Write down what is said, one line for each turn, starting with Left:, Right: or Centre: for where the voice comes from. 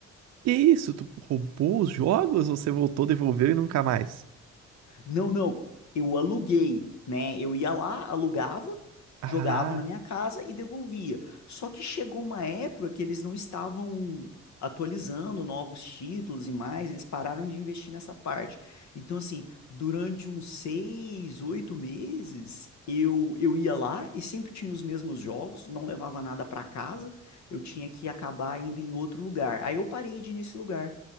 Right: Que isso? Tu roubou os jogos ou você voltou, devolveu e nunca mais?
Left: Não, não, eu aluguei, né? Eu ia lá, alugava,
Right: Ah.
Left: jogava na minha casa e devolvia. Só que chegou uma época que eles não estavam atualizando novos títulos e mais, eles pararam de investir nessa parte. Então, assim, durante uns seis, oito meses, eu, eu ia lá e sempre tinha os mesmos jogos, não levava nada para casa, eu tinha que acabar indo em outro lugar. Aí eu parei de ir nesse lugar.